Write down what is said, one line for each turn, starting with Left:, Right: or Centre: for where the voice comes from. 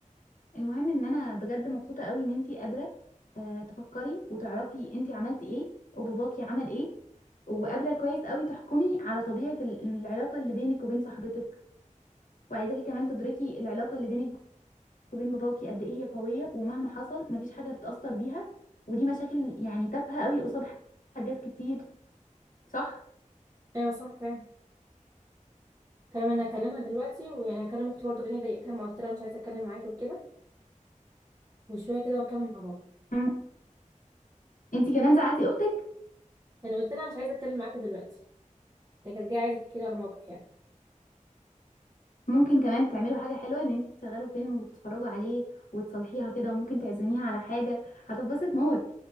Left: المهم ان انا بجد مبسوطه قوي ان انتي قادره آه، تفكري وتعرفي انتي عملتي ايه وباباكي عمل ايه وقادره كويس قوي تحكمي على طبيعه ال- العلاقه اللي بينك وبين صاحبتك وعايزاكي كمان تدركي العلاقه اللي بينك وبين باباكي قد ايه هي قويه ومهما حصل مفيش حاجه تتاثر بيها ودي مشاكل يعني تافهه قوي قصاد حاجات كتير صح
Right: ايوه صح فعلا تمام انا هكلمها دلوقتي ويعني هكلم اختي برضه لاني ضايقتها ما قلت لها مش عايزه اتكلم معاكي وكده وشويه كده واتكلم مع بابا
Left: مم. انتي كمان زعلتي اختك
Right: يعني قلت لها مش عايزه اتكلم معاكي دلوقتي هي كانت جايه عايزه تحكي لي على موقف يعني
Left: ممكن كمان تعملوا حاجه حلوه ان انتي تشغلوا فيلم وتتفرجوا عليه وتصلحيها كده وممكن تعزميها على حاجه هتتبسط موت